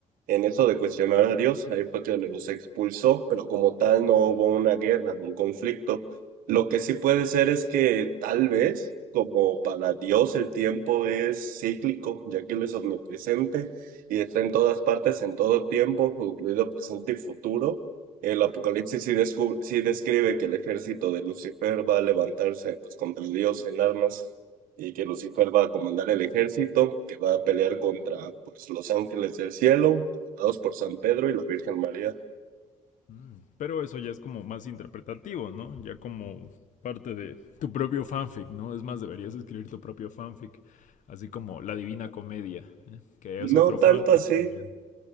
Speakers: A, on the right; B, on the left.
A: En eso de cuestionar a Dios, ahí fue que los expulsó, pero como tal no hubo una guerra, un conflicto. Lo que sí puede ser es que tal vez, como para Dios el tiempo es cíclico, ya que Él es omnipresente y está en todas partes, en todo tiempo, incluido presente y futuro. El Apocalipsis sí, descu- sí describe que el ejército de Lucifer va a levantarse pues, contra Dios en armas y que Lucifer va a comandar el ejército que va a pelear contra pues, los ángeles del cielo, comandados por San Pedro y la Virgen María.
B: Mm. Pero eso ya es como más interpretativo, ¿no? Ya como parte de tu propio fanfic, ¿no? Es más, deberías escribir tu propio fanfic, así como La Divina Comedia, ¿eh? que
A: No
B: es otro
A: tanto
B: fanfic
A: así,
B: también.